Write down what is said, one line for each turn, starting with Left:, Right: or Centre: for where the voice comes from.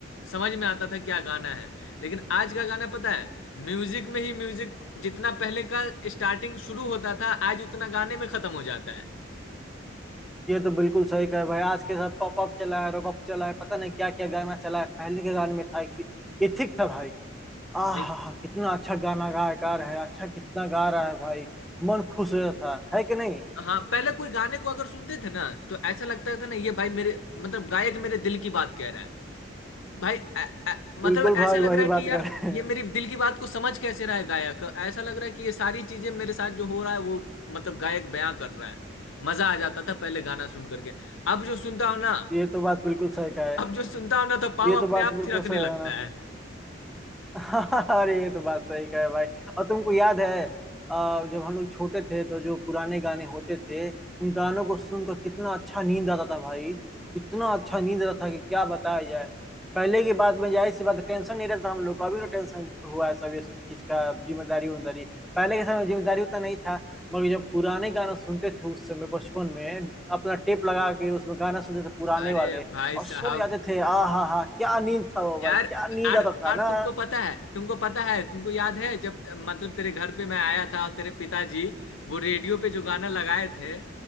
Left: समझ में आता था क्या गाना है लेकिन आज का गाना पता है म्यूजिक में ही म्यूजिक जितना पहले का स्टार्टिंग शुरू होता था आज उतना गाने में खत्म हो जाता है
Centre: ये तो बिल्कुल सही कहे भाई आज के साथ पॉप अप चला है रॉप अप चला है पता नहीं क्या क्या गाना चला है पहले के गाने में था एक ये ठीक था भाई आहा
Left: जी।
Centre: कितना अच्छा गाना गायकार है अच्छा कितना गा रहा है भाई मन खुश हो जाता था है कि नहीं
Left: हाँ पहले कोई गाने को अगर सुनते थे ना तो ऐसा लगता था ना ये भाई मेरे मतलब गायक मेरे दिल की बात कह रहा है भाई ऐ- ऐ- मतलब
Centre: बिल्कुल भाई
Left: ऐसा लग
Centre: वही
Left: रहा है कि
Centre: बात
Left: यार
Centre: कर रहे हैं
Left: ये मेरी दिल की बात को समझ कैसे रहा है गायक ऐसा लग रहा है कि ये सारी चीजें मेरे साथ जो हो रहा है वो मतलब गायक बयां कर रहा है मजा आ जाता था पहले गाना सुन करके अब जो सुनता हूं ना
Centre: ये तो बात बिल्कुल सही का है
Left: अब जो सुनता हूं ना तो पाँव
Centre: ये
Left: अपने
Centre: तो बात
Left: आप
Centre: बिल्कुल
Left: थिरकने
Centre: सही
Left: लगता
Centre: है ना
Left: है
Centre: <laughs> अरे ये तो बात सही कहे भाई और तुमको याद है अ, जब हम लोग छोटे थे तो जो पुराने गाने होते थे उन गानों
Left: हम्म,
Centre: को सुनकर कितना अच्छा नींद आता था भाई इतना
Left: हम्म।
Centre: अच्छा नींद आता था कि क्या बताया जाए पहले की बात में जाहिर सी बात है, टेंशन नहीं रहता था हम लोग को अभी ना टेंशन हुआ है सब ये सब चीज का जिम्मेदारी उम्मेदारी पहले के समय में जिम्मेदारी उतना नहीं था मगर जब पुराने गाना सुनते थे उस समय बचपन में अपना टेप लगा के उसमें गाना सुनते थे पुराने
Left: अरे
Centre: वाले
Left: भाई
Centre: और सो
Left: साहब
Centre: जाते थे आ हा हा क्या नींद था वो भाई
Left: यार
Centre: क्या नींद
Left: आज
Centre: आता था
Left: आज
Centre: ना
Left: तुमको पता है तुमको पता है तुमको याद है जब मतलब तेरे घर पे मैं आया था और तेरे पिताजी वो रेडियो पे जो गाना लगाए थे